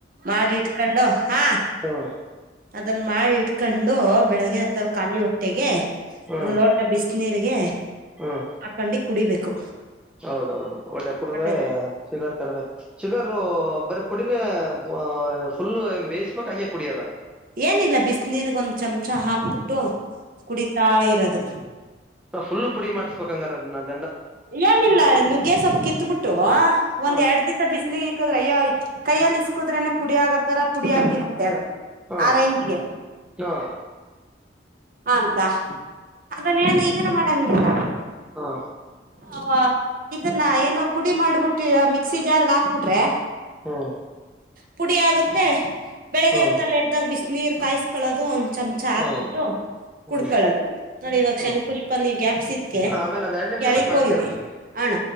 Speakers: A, on the right; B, in the centre.
A: ಮಾಡಿ ಇಟ್ಕೊಂಡು ಹಾ
B: ಹಾ
A: ಅದನ್ನ ಮಾಡಿ ಇಟ್ಕೊಂಡು ಬೆಳಿಗ್ಗೆ ಹೊತ್ತಲ್ಲಿ ಖಾಲಿ ಹೊಟ್ಟೆಗೆ
B: ಹ್ಮ್
A: ಒಂದ್ ಲೋಟ ಬಿಸ್ನೀರ್ಗೆ
B: ಹ್ಮ್
A: ಅಕಂಡಿ ಕುಡಿಬೇಕು
B: ಹೌದೌದು ಒಳ್ಳೆ ಕುಡ್ರೇ
A: ಒಳ್ಳೇದು
B: ಶುಗರ್ ಕಡಿಮೆ ಶುಗರು ಬರೆ ಪುಡಿ ಫುಲ್ಲೂ ಆ ಫುಲ್ಲು ಬೇಯ್ಸಬೇಕ ಹಂಗೆ ಕುಡಿಯದಾ
A: ಏನಿಲ್ಲ ಬಿಸ್ನೀರ್ಗ ಒಂದ್ ಚಮಚ ಹಾಕ್ಬಿಟ್ಟು ಕುಡಿತಾ ಇರೋದು
B: ನ ಫುಲ್ ಪುಡಿ
A: ಹ್ಮ
B: ಮಾಡಸ್ಬೇಕಂಗಾರ ಅದನ್ನ್ ಮಾಡಿ
A: ಏನಿಲ್ಲ ನುಗ್ಗೆ ಸೊಪ್ಪ್ ಕಿತ್ಬಿಟ್ಟು ಒಂದ್
B: ಹ
A: ಎರಡ್ ದಿವ್ಸ ಬಿಸ್ಲು ಇಕ್ಕದ್ರ ಅಯ್ಯ ಕೈಯಲ್ಲಿ ಇಸ್ಕ್ ಇಕ್ಕದ್ರನೆ ಪುಡಿ ಆಗತ್ತಾರ ಪುಡಿ ಆಗಿತ್ತೆ ಅದು
B: ಹು
A: ಆ ರೇಂಜ್ಗೆ
B: ಹು
A: ಅಂಬ ಅದನ್ನೇನು ಏನು ಮಾಡಂಗಿಲ್ಲ
B: ಹಾ
A: ಹ ಇದನ್ನ ಏನೋ ಪುಡಿ ಮಾಡ್ಬಿಟ್ಟಿ ಮಿಕ್ಸಿ ಜಾರ್ಗ್ ಹಾಕ್ಬಿಟ್ರೆ
B: ಹ್ಮ್
A: ಪುಡಿ ಆಗುತ್ತೆ ಬೆಳಿಗ್ಗೆ
B: ಹ್ಮ್
A: ಹೊತ್ತಲ್ಲಿ ಎದ್ದಾಗ ಬಿಸ್ನೀರು ಕಾಯಿಸಕೊಳ್ಳೋದು ಒಂದ್ ಚಮಚ ಹಾಕ್ಬಿಟ್ಟು
B: ಹ್ಮ್ ಹ್ಮ್
A: ಕುಡ್ಕಳದು ನೋಡಿ ಇವಾಗ
B: ಹ್ಮ್
A: ಶಂಖ್ ಪುಷ್ಪಲ್ಲಿ ನೀವ್ ಗ್ಯಾಪ್ಸಿದ್ಕೆ
B: ಆಮೇಲೆ ಒಂದ್ ಎರಡ್ ನಿಮಿಷ
A: ಕೆಳಕ್ಕೊಗಿದೆ
B: ಬಿಟ್ಟು ಮಾಡ್ತೀರಮ್ಮ
A: ಅಣ